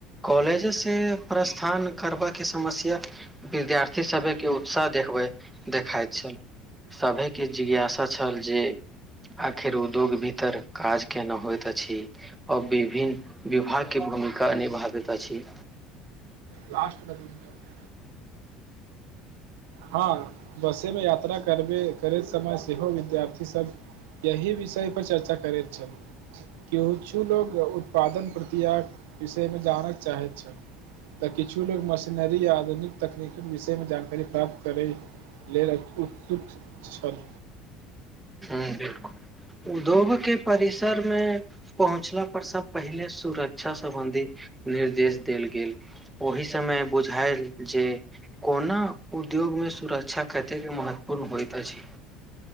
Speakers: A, in the centre; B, on the right.
A: कॉलेजे से प्रस्थान करबबाक के समस्या विद्यार्थी सभके उत्साह देखबै देखाइत छल सभेके जिज्ञासा छल जे आखिर उद्योग भीतर काज केना होइत अछि आ विभिन्न विभागके भूमिका निभाबैत अछि।
B: ट हँ बसेमे यात्रा करबे करैत समय सेहो विद्यार्थी सब यही विषय पर चर्चा करैत छल कि किछु लोग उत्पादन प्रक्रियााक विषयमे जानय चाहैत छल तऽ किछु लोग मशीनरी य आधुनिक तकनीकी विषयमे जानकारी प्राप्त करय लेल उत्सुक छल।
A: बिलकुल उद्योग के परिसर मे पहुँचला परसँ पहिले सुरक्षा सम्बंधी निर्देश देल गेल ओहि समय बुझायल जे ओना उद्योग मे सुरक्षा कतेक महत्वपूर्ण होइत अछि।